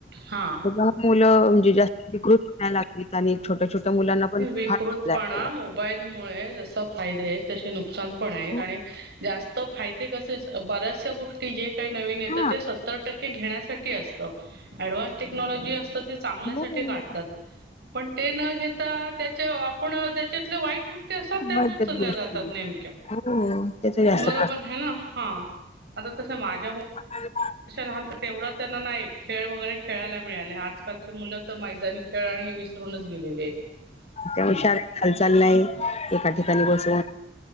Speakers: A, on the right (about 65°); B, on the left (about 35°).
A: हा
B: लहान मुलं म्हणजे जास्त विकृत व्हायला लागलीत आणि छोट्या छोट्या मुलांना पण
A: विकृतपणा
B: हाच प्लॅन केलाय.
A: मोबाईलमुळे जसे फायदे आहेत. तसे नुकसान पण आहे
B: हो.
A: आणि जास्त फायदे कसे बऱ्याचशा गोष्टी जे काही नवीन येतात,
B: हां.
A: ते सत्तर टक्के घेण्यासाठी असतं. अडव्हान्स टेक्नॉलॉजी असत ते चांगल्यासाठी
B: हो.
A: काढतात. पण ते न घे आता त्याच्या आपण त्याच्यातल्या वाईट गोष्टी असतात, त्याच
B: वाईटच
A: उचलल्या
B: गोष्टी
A: जातात नेमक्या.
B: हो त्याचा जास्त
A: बरोबर
B: प्रकार
A: आहे ना, हा. आता तस माझ्या
B: <unintelligible>
A: शहरात तेवढा त्यांना नाही, खेळ वगैरे खेळायला मिळाल्यात. आकालची मुलं तर, मैदानी खेळ आणि हे विसरूनच गेलेली आहेत.
B: त्यामुळे
A: हम्म
B: शारीरिक हालचाल नाही. एका ठिकाणी बसून